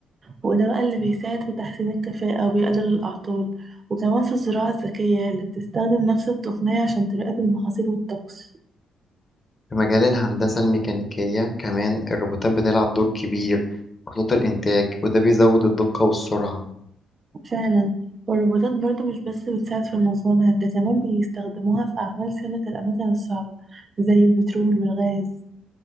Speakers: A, on the right; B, on the left.
A: وده بقى اللي بيساعد في تحسين الكفاءة وبيقلل الأعطال وكمان في الزراعة الذكية اللي بتستخدم نفس التقنية عشان تراقب المحاصيل والطقس
B: في مجال الهندسة الميكانيكية كمان الروبوتات بتلعب دور كبير في خطوط الإنتاج وده بيزود الدقة والسرعة
A: فعلا والروبوتات برضو مش بس بتساعد في المصانع ده كمان بيستخدموها في أعمال صيانة الأماكن الصعبة زي البترول والغاز